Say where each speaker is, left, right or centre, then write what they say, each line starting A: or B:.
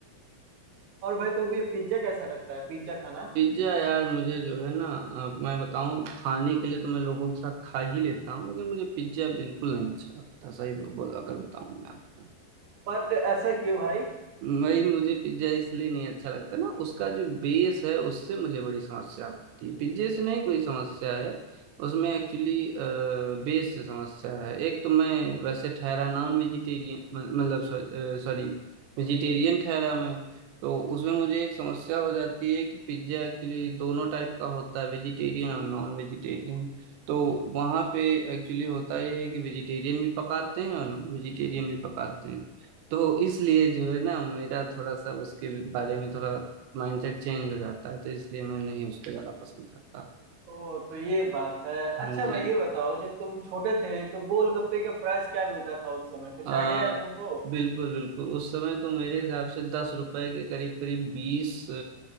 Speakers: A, on the right; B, on the right.
A: और भाई तुमको ये पिज्जा कैसा लगता है पिज्जा खाना
B: पिज्जा यार मुझे जो है ना अब मैं बताऊं खाने के लिए तो मैं लोगों के साथ खा ही लेता हूँ लेकिन मुझे पिज्जा बिल्कुल नहीं अच्छा लगता सही ब- ब- अगर बताऊं मैं आपको
A: बट ऐसा क्यों भाई
B: भाई मुझे पिज्जा इसलिए नहीं अच्छा लगता ना उसका जो बेस है उससे मुझे बड़ी समस्या होती है पिज्जे से नहीं कोई समस्या है उसमें एक्चुअली बेस से समस्या है एक तो मैं वैसे ठहरा नॉन वेजिटेरियन मतलब सॉरी वेजिटेरियन ठहरा मैं तो उसमें मुझे एक समस्या हो जाती है कि पिज्जा एक्चुअली दोनों टाइप का होता है वेजिटेरियन और नॉन वेजिटेरियन तो वहां पे एक्चुअली होता ये है कि वेजिटेरियन भी पकाते हैं और नॉन वेजिटेरियन भी पकाते हैं तो इसलिए जो है ना मेरा थोड़ा सा उसके बारे में थोड़ा माइंडसेट चेंज हो जाता है तो इसलिए मैं नहीं उसको ज्यादा पसंद करता
A: तो तो ये बात है अच्छा
B: हम्म, जी
A: भाई ये बताओ जब तुम छोटे थे तो गोलगप्पे का प्राइस क्या मिलता था उस समय कुछ
B: आ,
A: आइडिया है तुमको
B: बिल्कुल बिल्कुल उस समय तो मेरे हिसाब से दस रुपए के करीब करीब बीस अ,